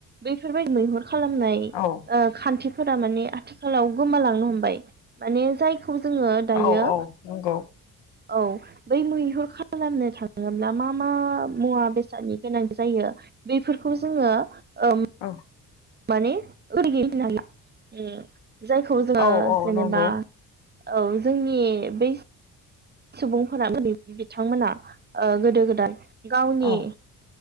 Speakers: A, on the right; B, on the left.
A: बेफोरबादि मैहुर खालामनाय
B: औ
A: खान्थि फोरा माने आथिखालाव गोमालांनो हमबाय माने जाय फोरखौ जोङो दायो
B: औ औ नंगौ
A: औ बै मैहुर खालामनो थाङोब्ला मा मा मुवा बेसादनि गोनां जायो बेफोरखौ जोङो ओम
B: औ
A: माने <unintelligible> जायखौ जोङो
B: औ औ
A: जेनेबा
B: नंगौ
A: औ जोंनि बै सुबुंफोरा बिथांमोना गोदो गोदाय गावनि
B: औ